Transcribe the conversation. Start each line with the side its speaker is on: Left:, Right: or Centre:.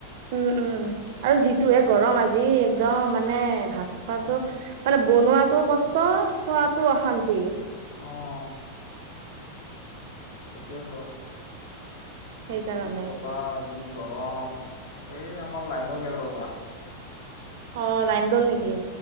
Right: উম উম আৰু যিটো এ গৰম আজি একদম মানে ভাত খোৱাতটো
Left: অ
Right: মানে বনোৱাটো কষ্ট খোৱাটো অশান্তি
Left: অঁ সটোয়েতো
Right: সেইকাৰণে।
Left: কি কবা আজি গৰম এই আমাৰ লাইনো গেল ৰ'বা
Right: অ লাইন গল নেকি